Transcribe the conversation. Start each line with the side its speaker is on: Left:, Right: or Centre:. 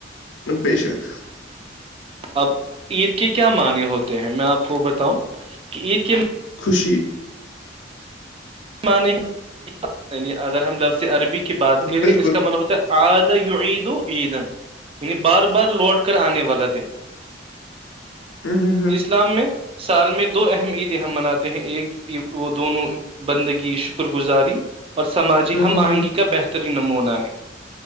Left: ب شک
Right: اب عید کے کیا معنی ہوتے ہیں میں آپ کو بتاؤں کہ عید کے
Left: خوشی
Right: مان ہیںیعنی اگر ہم لفظ عربی کی بات کریں
Left: بالکل
Right: اس کا مطلب ہوتا ہے آد عید و عیدن یعنی بار بار لوٹ کر آنے والا دن
Left: ہوں ہوں
Right: اسلام میں سال میں دو اہم عیدیں ہم مناتے ہیں ایک وہ دونوں بندگی شکر گزاری اور سماجی
Left: ہوں
Right: ہم
Left: ہوں
Right: آہنگی
Left: ہوں
Right: کا بہترین نمونہ ہے